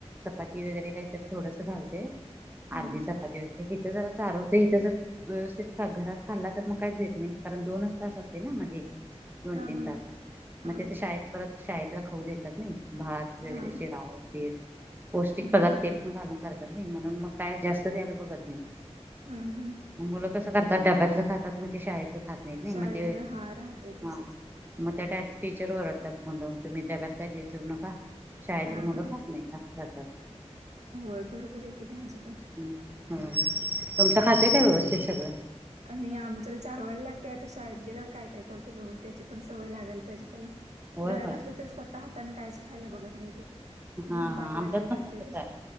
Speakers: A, on the right (about 20°); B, on the right (about 80°).
A: चपाती वगैरे काय तरी थोडसं घालते,
B: हम्म
A: अर्धी
B: हम्म
A: इथं जरा चारवते, इथं जर व्यवस्थित, घरात खाल्ला तर मग काहीच देत नाही कारण दोनच तास असते मध्ये दोन,
B: हा
A: तीन
B: हा
A: तास
B: हा
A: मग तीत शाळेत परत शाळेतला खाऊ देतात ने. भात वगैरे
B: हा हम्म
A: शिरा, उपीट पौष्टिक
B: हम्म
A: पदार्थ ते पण घालून करतात नाही, म्हणून मग काय जास्त द्यायला बघत नाही.
B: हम्म हम्म.
A: मुलं कसं करतात डब्यातलं खातात, मग ते शाळेतलं खात नाहीत ना...
B: शाळेतलं
A: मग ते...
B: हा राहते तसच
A: हा मग त्या टीचर ओरडतात म्हणून तुम्ही डब्यात काय देत जाऊ नका, शाळेतली
B: हा
A: मुलं
B: हा
A: खात नाही, असं करतात
B: होय बरोबर आहे की त्यांचं पण
A: हुं, तुमचं खातंय काय व्यवस्थित सगळं?
B: आणि आमचं, चारवायला लागतं आता शाळेत गेल्यावर काय काय करतोय बघू, त्याची पण सवय लागायला पाहिजे त्याला
A: होय
B: घरात
A: होय
B: असले तर स्वतः हाताने काहीच खायला बघत नाही तो.
A: हा
B: घेऊन पाठ
A: हा
B: लागायला
A: आमच्यात पण
B: लागते
A: तसंच
B: त्याच्या.
A: आहे.